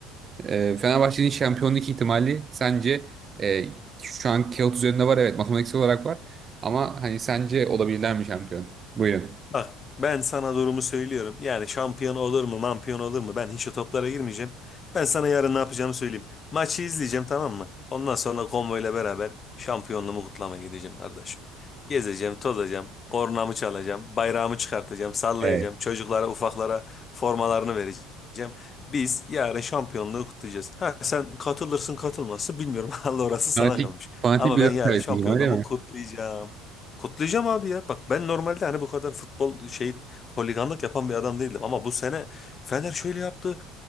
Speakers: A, on the right; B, on the left.
A: e, Fenerbahçe'nin şampiyonluk ihtimali sence e, şu an kağıt üzerinde var evet matematiksel olarak var ama hani sence olabilirler mi şampiyon? Buyurun.
B: Bak ben sana durumu söylüyorum. Yani şampiyon olur mu, mampiyon olur mu? Ben hiç o toplara girmeyeceğim. Ben sana yarın ne yapacağımı söyleyeyim. Maçı izleyeceğim tamam mı? Ondan sonra konvoyla beraber şampiyonluğumu kutlamaya gideceğim kardeşim. Gezeceğim, tozacağım, kornamı çalacağım, bayrağımı çıkartacağım, sallayacağım.
A: Evet.
B: Çocuklara, ufaklara formalarını vereceğim. Biz yarın şampiyonluğu kutlayacağız. Ha sen katılırsın katılmazsın bilmiyorum. <laughs> Allah orası sana
A: Fanatik,
B: kalmış.
A: fanatik
B: Ama
A: bir
B: ben
A: Galatasaraylısınız
B: yarın şampiyonluğumu
A: ama öyle mi?
B: kutlayacağım. Kutlayacağım abi ya. Bak ben normalde hani bu kadar futbol şey holiganlık yapan bir adam değildim ama bu sene Fener şöyle yaptı,